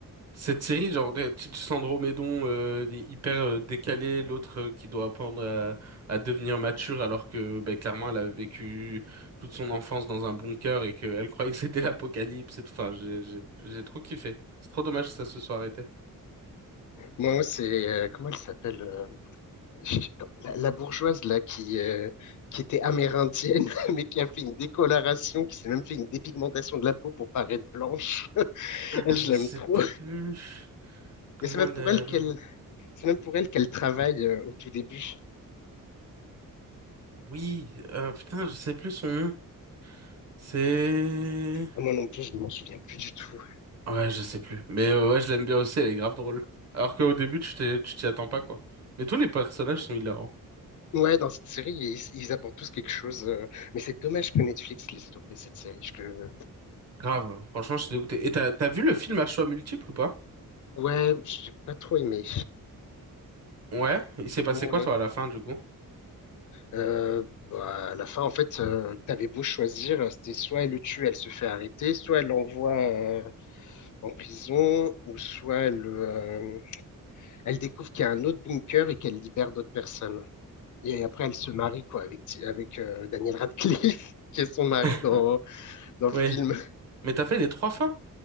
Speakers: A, on the right (about 45°); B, on the left (about 60°).
A: Cette série, genre, euh, tu- Sandro Médon euh, il est hyper euh, décalé, l'autre euh, qui doit apprendre à, à devenir mature alors que ben, clairement elle a vécu toute son enfance dans un bunker et qu'elle <laughs> croyait que c'était l'apocalypse et tout. Enfin, j'ai j'ai- j'ai trop kiffé. C'est trop dommage que ça se soit arrêté.
B: Moi, c'est. euh, comment elle s'appelle? euh, je- La, la bourgeoise là qui, euh, qui était amérindienne <laughs> mais qui a fait une décoloration, qui s'est même fait une dépigmentation de la peau pour paraître blanche.
A: Ah,
B: Elle, je
A: je
B: l'aime
A: sais
B: trop.
A: plus comment
B: Mais c'est même
A: le...
B: pour elle qu'elle, c'est même pour elle qu'elle travaille euh, au tout début.
A: Oui, euh, putain, je sais plus son nom. C'est...
B: Ah, Moi non plus, je ne m'en souviens plus du tout.
A: Ouais, je sais plus. Mais euh, ouais, je l'aime bien aussi, elle est grave drôle. Alors qu'au début, tu t'es- tu t'y attends pas, quoi. Mais tous les personnages sont hilarants.
B: Ouais, dans cette série, ils, ils apportent tous quelque chose. euh, mais c'est dommage que Netflix l'ait stoppé cette série. Je, que...
A: Grave. Franchement, je suis dégoûté. Et t'as, t'as vu le film à choix multiples ou pas?
B: Ouais, j'ai pas trop aimé.
A: Ouais. Il s'est passé
B: Ouais.
A: quoi, toi, à la fin, du coup?
B: Euh, bah, à la fin, en fait, euh, t'avais beau choisir, c'était soit elle le tue, elle se fait arrêter, soit elle l'envoie euh, en prison, ou soit elle, euh, elle découvre qu'il y a un autre bunker et qu'elle libère d'autres personnes. Et après, elle se marie quoi avec avec euh, Daniel Radcliffe, <laughs> qui est son mari
A: <laughs>
B: dans dans le
A: Ouais.
B: film.
A: Mais t'as fait les trois fins?